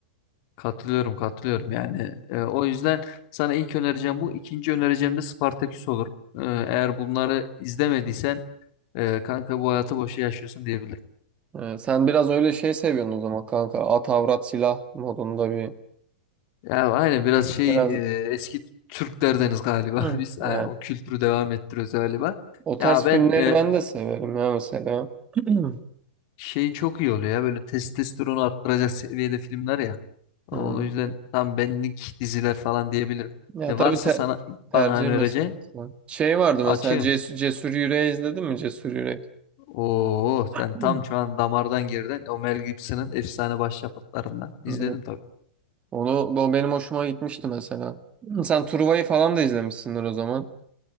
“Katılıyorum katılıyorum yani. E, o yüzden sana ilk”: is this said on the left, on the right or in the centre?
Left